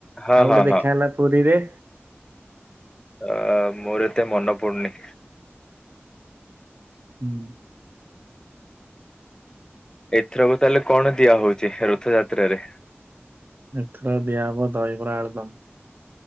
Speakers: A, on the left (about 20°); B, on the right (about 50°).
A: ହଁ
B: ଆଉ
A: ହଁ
B: ଗୋଟେ ଦେଖା
A: ହଁ
B: ହେଲା ପୁରୀରେ।
A: ଅଁ ମୋର ଏତେ ମନେ ପଡୁନି।
B: ହୁଁ।
A: ଏଥରକ ତାହେଲେ କଣ ଦିଆହଉଛି ରଥଯାତ୍ରାରେ?
B: ଏଥର ଦିଆହବ ଦହିବରା ଆଳୁଦମ୍।